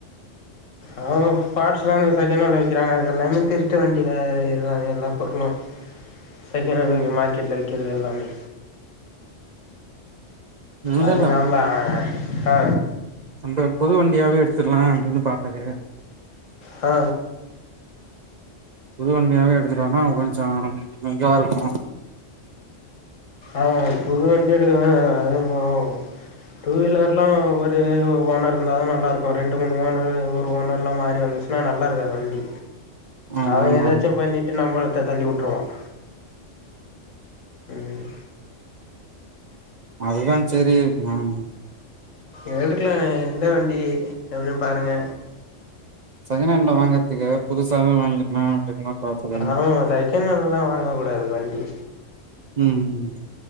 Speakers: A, on the left; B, on the right.
A: அவ பாட்ஸ்லா அங்க செக்கெணன்ல விக்கிறாங்க அது எல்லாமே திருட்டு வண்டில விக்கிற்தா எல்லா பொருளு செக்கெணென்ல
B: ம்
A: இங்க மார்க்கெட்ல விக்கிறது எல்லாமே
B: இல்ல
A: அது
B: இல்ல
A: இல்லாம ஆ
B: அந்த புது வண்டியாவே எடுத்துர்லா அப்படின்னு பாத்தது
A: ஆ
B: புது வண்டியாவே எடுத்துட்டோனா கொஞ்சோ இதா இருக்கு
A: ஆமா புது வண்டி எடுக்குனா அதே போது டூ வீலர் னா ஒரு ஓனர் இருந்தாதா நல்லா இருக்கு ரெண்டு மூணு ஓனர் ஒரு ஓனர்லா மாறி வந்துச்சுனா நல்லா இருக்காது வண்டி
B: ஆமா
A: அவன்
B: ஆமா
A: ஏதாச்சும் பண்ணிட்டு நம்மட்ட தள்ளி உட்டுருவான் ம்
B: அதுதான் சேரி ம்
A: எடுக்குலா எந்த வண்டி எப்டின் பாருங்க
B: செகெணன்ல வாங்கற்துக்கு புதுசாவே வாங்கிர்லா அப்டின்தா பாத்தது
A: ஆமாமா செகெணன்லா வாங்க கூடாது வண்டி
B: ம் ம்